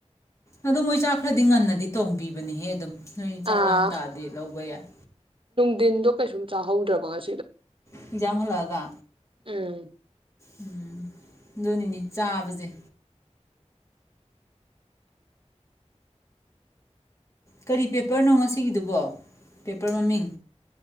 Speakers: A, on the left (about 25°); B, on the right (about 50°).
A: ꯑꯗꯨ ꯃꯣꯏ ꯆꯥꯛ ꯈ꯭ꯔꯗꯤ ꯉꯟꯅꯗꯤ ꯇꯣꯡꯕꯤꯕꯅꯦꯍꯦ ꯑꯗꯨꯝ ꯅꯣꯏ ꯆꯥꯛ
B: ꯑꯥ
A: ꯂꯥꯝ ꯇꯥꯔꯗꯤ ꯂꯧꯕ ꯌꯥꯏ
B: ꯅꯨꯡꯗꯤꯟꯗꯣ ꯀꯩꯁꯨꯝ ꯆꯥꯍꯧꯗ꯭ꯔꯕ ꯉꯁꯤ
A: ꯑꯦꯛꯖꯥꯝ ꯍꯜꯂꯛꯑꯒ꯫
B: ꯎꯝ
A: ꯎꯝ ꯑꯗꯨꯅꯤꯅꯦ ꯆꯥꯕꯁꯦ ꯀꯔꯤ ꯄꯦꯄꯔꯅꯣ ꯉꯁꯤꯒꯤꯗꯨꯕꯣ ꯄꯦꯄꯔ ꯃꯃꯤꯡ